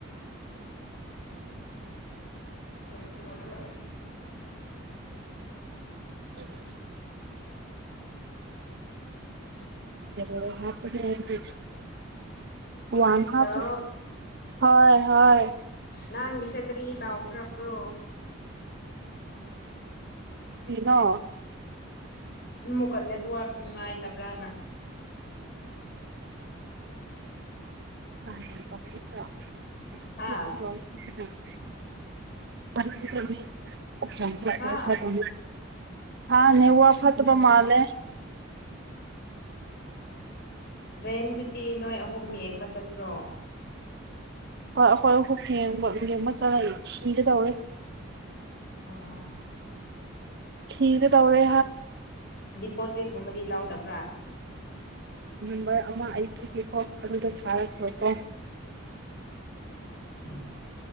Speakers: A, on the left; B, on the right.
A: ꯎ
B: ꯀ ꯁ ꯔ ꯍꯥꯄꯅꯤ ꯋꯥ
A: ꯍꯜꯂꯣ
B: ꯍꯥꯄ ꯍꯣꯏ ꯍꯣꯏ
A: ꯅꯪꯒꯤꯁꯦ ꯀꯔꯤ ꯇ ꯑꯣꯈ꯭ꯔ ꯄꯨ꯭ꯔꯣ
B: ꯁꯤꯩꯅꯣ
A: ꯃꯨꯀꯠꯅꯦ ꯇ ꯅꯨꯡꯉꯥꯏꯇꯕ꯭ꯔꯥꯅ
B: <unintelligible>
A: ꯍꯥ ꯍꯥ
B: ꯁꯥ ꯇꯧ ꯍꯥꯅꯦꯦ ꯋꯥ ꯋꯥ ꯐꯠꯇꯕ ꯃꯥꯅꯦ
A: ꯕ꯭ꯔꯦꯟꯗꯨꯗꯤ ꯅꯣꯏ ꯑꯍꯨꯝ ꯌꯦꯡꯕ ꯆꯠꯄ꯭ꯔꯣ
B: ꯍ ꯍꯣꯏ ꯍꯦ ꯍꯃ ꯆꯂꯏ ꯁꯤꯒ ꯇꯧꯔ
A: ꯑꯣ
B: ꯊꯤꯒ ꯇꯧꯔꯦ
A: ꯄꯣꯖꯤꯠꯀꯨꯝꯕꯗꯤ ꯂꯧꯗꯕ꯭ꯔꯥ
B: ꯅꯝꯕꯔ ꯑꯃ ꯑꯩ ꯄꯤꯒꯦꯀꯣ ꯑꯗꯨꯗ ꯊꯥꯔꯛꯈ꯭ꯔꯣꯀꯣ
A: ꯎꯝ